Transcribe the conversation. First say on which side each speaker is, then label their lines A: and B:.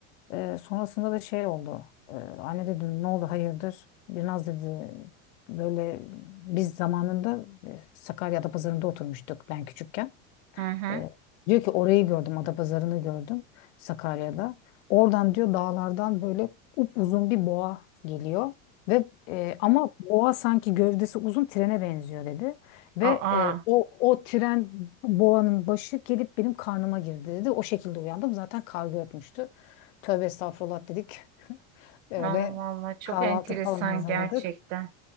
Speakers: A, on the left; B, on the right.
A: E, sonrasında da şey oldu. E, anne dedim ne oldu hayırdır? Biraz dedi böyle biz zamanında e, Sakarya'da pazarında oturmuştuk ben küçükken.
B: Hı hı.
A: E, diyor ki orayı gördüm, Adapazarı'nı gördüm Sakarya'da. Oradan diyor dağlardan böyle upuzun bir boğa geliyor. Ve e, ama boğa sanki gövdesi uzun trene benziyor dedi. Ve
B: Aa.
A: e, o o tren boğanın başı gelip benim karnıma girdi dedi. O şekilde uyandım. Zaten kargo etmişti. Tövbe estağfurullah dedik. Öyle
B: Allah Allah çok
A: kahvaltı
B: enteresan
A: falan hazırladık.
B: gerçekten.